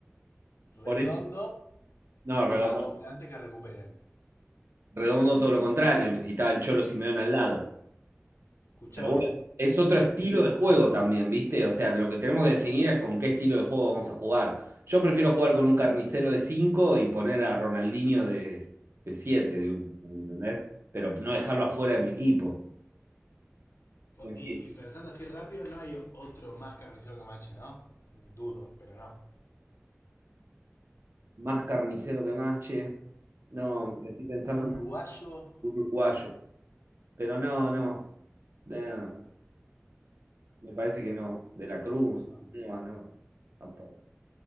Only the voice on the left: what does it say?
Redondo
necesitaba
dos volantes que recuperen.
Escúchame.
Y
Y,
y pensando así rápido, no hay otro más carnicero que Mache, ¿no? Dudo, pero no.
¿Algún
uruguayo?
No.